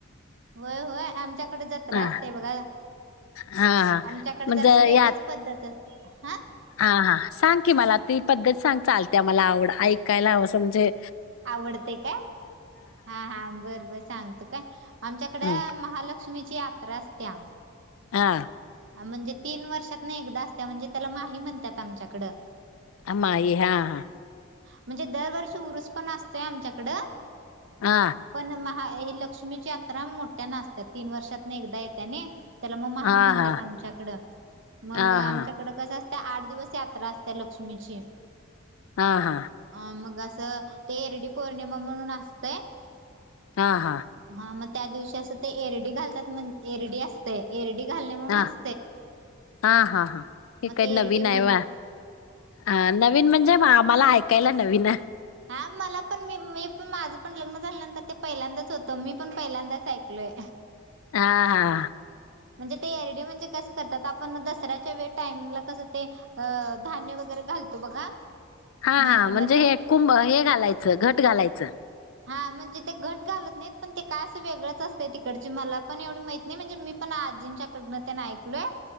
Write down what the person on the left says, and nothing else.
हा
हा
म्हणजे
यात
हा हा सांग की मला ती पद्धत सांग चालत्या मला आवड ऐकायला हंवस म्हणजे
हम्म
हा
आमाही हा हा
हा
हा
हा
हा हा
हा हा
हा हा
हा
हा हा हा हे
काही
नवीन
आहे वा ह नवीन म्हणजे म्ह आम्हाला ऐकायला नवीन
हा हा हा
हा
हा म्हणजे हे कुंभ हे घालायचं घट घालायचं.